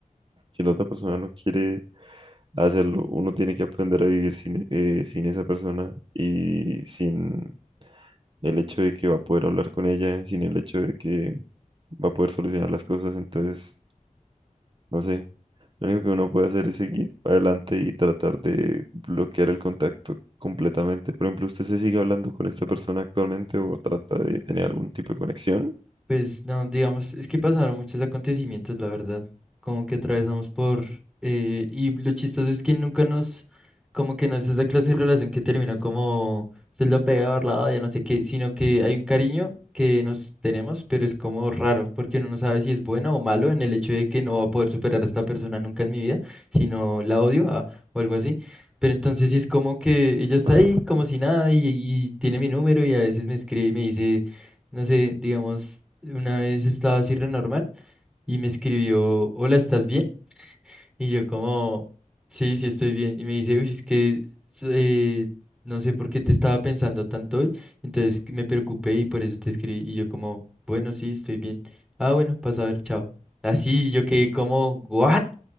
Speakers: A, on the right; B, in the centre.
A: si la otra persona no quiere hacerlo. Uno tiene que aprender a vivir sin, eh, sin esa persona y sin el hecho de que va a poder hablar con ella, sin el hecho de que va a poder solucionar las cosas. Entonces, no sé, lo único que uno puede hacer es seguir adelante y tratar de bloquear el contacto completamente. Por ejemplo, ¿usted se sigue hablando con esta persona actualmente o trata de tener algún tipo de conexión?
B: Pues no, digamos, es que pasaron muchos acontecimientos, la verdad, como que atravesamos por, eh, y lo chistoso es que nunca nos, como que no es esa clase de relación que termina como, se lo peor, la odia, no sé qué, sino que hay un cariño que nos tenemos, pero es como raro, porque uno no sabe si es bueno o malo en el hecho de que no va a poder superar a esta persona nunca en mi vida, sino la odio ah, o algo así. Pero entonces sí es como que ella está
A: <laughs>
B: ahí como si nada y, y tiene mi número y a veces me escribe y me dice no sé, digamos, una vez estaba así re normal y me escribió, hola, ¿estás bien? Y yo como, sí, sí estoy bien. Y me dice, uy, es que s- eh, no sé por qué te estaba pensando tanto hoy. Entonces que me preocupé y por eso te escribí. Y yo como, bueno, sí, estoy bien. Ah, bueno, pasa a ver, chao. Así yo quedé como, ¿what?